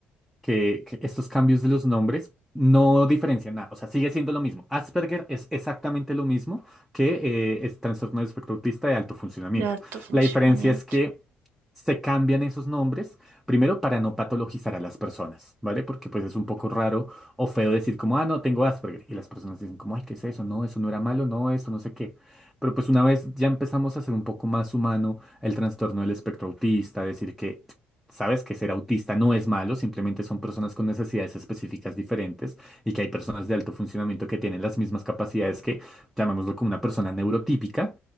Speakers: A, in the centre; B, on the right.
A: que, que estos cambios de los nombres no diferencian nada. O sea, sigue siendo lo mismo. Asperger es exactamente lo mismo que eh, es trastorno del espectro autista de alto funcionamiento.
B: de alto funcionamiento.
A: La diferencia es que se cambian esos nombres, primero para no patologizar a las personas, ¿vale? Porque pues es un poco raro o feo decir como, ah, no, tengo Asperger. Y las personas dicen como, ay, ¿qué es eso? No, eso no era malo, no, esto no sé qué. Pero pues una vez ya empezamos a hacer un poco más humano el trastorno del espectro autista, decir que Sabes que ser autista no es malo, simplemente son personas con necesidades específicas diferentes y que hay personas de alto funcionamiento que tienen las mismas capacidades que, llamémoslo como una persona neurotípica,